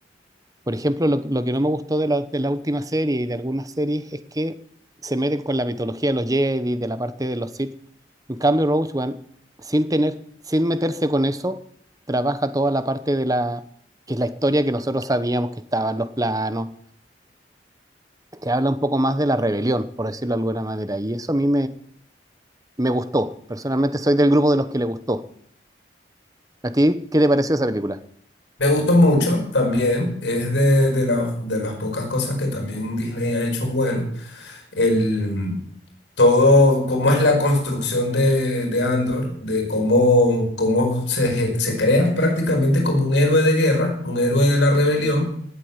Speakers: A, on the right; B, on the left.
A: Por ejemplo, lo, lo que no me gustó de la, de la última serie y de algunas series es que se meten con la mitología de los Jedi, de la parte de los Sith. En cambio, Rogue One, sin tener, sin meterse con eso, trabaja toda la parte de la, que es la historia que nosotros sabíamos que estaban los planos, que habla un poco más de la rebelión, por decirlo de alguna manera. Y eso a mí Me gustó. Personalmente soy del grupo de los que le gustó. ¿A ti qué te pareció esa película?
B: Me gustó mucho también, es de, de, las- de las pocas cosas que también Disney ha hecho bueno. El, mm, todo, cómo es la construcción de, de Andor, de cómo, cómo se, se crea prácticamente como un héroe de guerra, un héroe de la rebelión